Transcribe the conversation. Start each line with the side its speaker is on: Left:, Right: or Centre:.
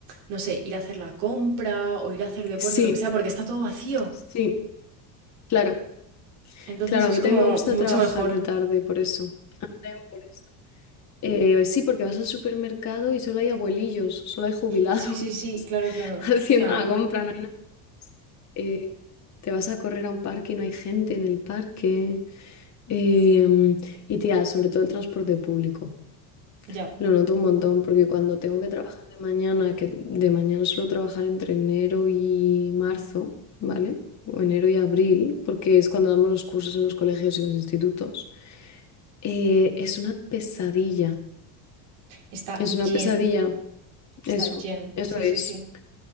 Right: no sé, ir a hacer la compra o ir a hacer deporte,
Left: Sí,
Right: lo que sea, porque está todo vacío.
Left: sí, claro.
Right: Entonces
Left: Claro,
Right: es
Left: a mí
Right: como
Left: también me gusta
Right: mucho
Left: trabajar
Right: mejor.
Left: de tarde, por eso. A mí también por eso. Eh, sí, porque vas al supermercado y solo hay abuelillos, solo hay jubilados
Right: Sí, sí, sí,
Left: <laughs>
Right: claro, claro.
Left: haciendo
Right: O sea,
Left: la compra, no hay nada. Eh, te vas a correr a un parque y no hay gente en el parque. Em, y tía, sobre todo el transporte público.
Right: ya.
Left: Lo noto un montón porque cuando tengo que trabajar de mañana, que de mañana suelo trabajar entre enero y marzo, ¿vale? O enero y abril, porque es cuando damos los cursos en los colegios y los institutos. eh, es una pesadilla.
Right: Está
Left: Es una
Right: lleno,
Left: pesadilla.
Right: está
Left: Eso,
Right: lleno.
Left: eso
Right: Sí,
Left: es.
Right: sí, sí.